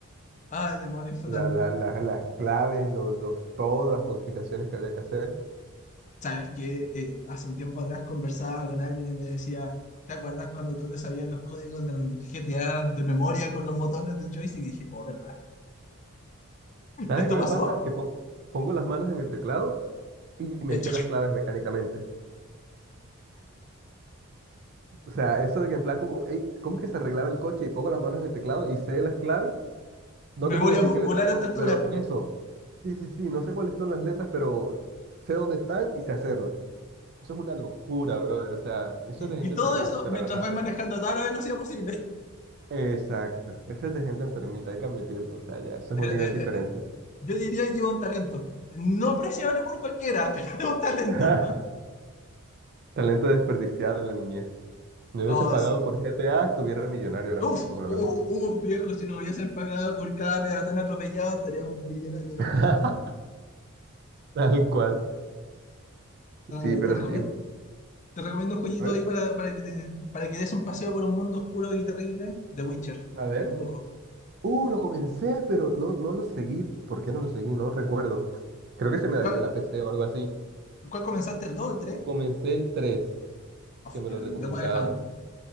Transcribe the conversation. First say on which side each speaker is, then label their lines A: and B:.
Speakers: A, on the left; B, on the right.
A: Ay, demonios, fue
B: la-
A: tan...
B: la- la- las claves, los, los, todas las modificaciones que había que hacer.
A: Sabes que hace un tiempo atrás conversaba con alguien y me decía, ¿te acuerdas cuando tú te sabías los códigos del GTA de memoria con los botones del joystick? Y dije, oh, ¿verdad?
B: ¿Sabes
A: ¿Esto
B: qué
A: pasó?
B: me pasa? Que pon- pongo las manos en el teclado y me
A: Eh,
B: sé
A: <laughs>
B: las claves mecánicamente. O sea, eso de que en plan como, "Ey, ¿cómo es que se arreglaba el coche? Y pongo las manos en el teclado y sé las claves No te
A: Memoria
B: puedo decir
A: muscular
B: qué letras
A: a
B: son,
A: esta altura.
B: pero eso. Sí, sí, sí, no sé cuáles son las letras, pero sé dónde están y sé hacerlas. Eso es una locura, brother. O sea, eso
A: Y,
B: es de gente
A: y todo
B: enfermita,
A: eso mientras
B: la verdad.
A: vais manejando a toda la velocidad posible.
B: Exacto. Eso es de gente enfermita, hay que admitirlo. O sea, ya, eso es
A: Eh,
B: un nivel
A: eh,
B: diferente.
A: eh, yo diría que es un talento. No apreciable por cualquiera, <laughs> pero es un talento.
B: <laughs> Talento desperdiciado en la niñez. Me hubiesen
A: Oh,
B: pagado
A: sí.
B: por GPA, estuviera millonario ahora mismo,
A: Uf,
B: la
A: uf,
B: verdad.
A: uf, viejo, si nos hubiesen pagado por cada peatón atropellado, estaríamos millonarios en
B: <laughs>
A: este momento.
B: Tal cual.
A: Ay,
B: Sí, pero
A: te recomiendo,
B: sí.
A: te recomiendo un jueguito
B: A ver,
A: ahí para, para que te- para que des un paseo por un mundo oscuro y terrible. The Witcher,
B: a ver.
A: el brujo.
B: Uh, lo comencé, pero no, no lo seguí. ¿Por qué no lo seguí? No recuerdo. Creo que se me dañó
A: ¿Cuál,
B: la PC o algo así.
A: cuál comenzaste? ¿El 2 o el 3?
B: Comencé el 3 que me
A: el
B: lo recomendaron.
A: The Wild